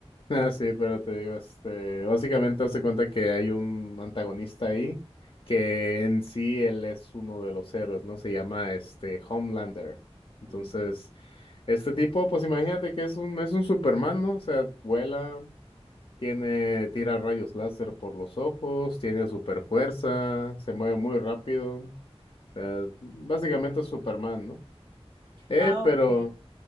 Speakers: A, on the left; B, on the right.
A: Ah, sí, pero te digo, este, básicamente hace cuenta que hay un antagonista ahí que en sí él es uno de los héroes, ¿no? Se llama este Homelander. Entonces,
B: Ujú.
A: este tipo, pues imagínate que es un, es un Superman, ¿no? O sea, vuela, Tiene, tira rayos láser por los ojos, tiene super fuerza, se mueve muy rápido. O sea, básicamente es Superman, ¿no? Eh,
B: Ah,
A: pero,
B: ok.